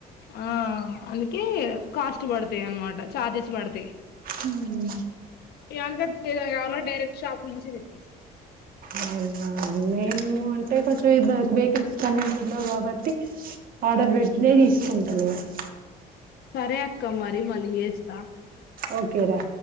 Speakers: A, on the left; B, on the right.
A: ఆ అందుకే కాస్ట్ పడతాయి అనమాట చార్జెస్ పడతాయి
B: ఉమ్
A: ఏ అనుకద్ ఏదైనా కావలన్నా డైరెక్ట్ షాప్ నుంచి తెప్పిస్తా
B: అవునా మేము అంటే కొంచెం ఇబ్ వెహికల్స్ కన్విన్స్ ఉండవు కాబట్టి ఆర్డర్ పెట్టినయే తీసుకుంటాను నేను
A: సరే అక్క మరి మళ్ళీ చేస్తా
B: ఓకే రా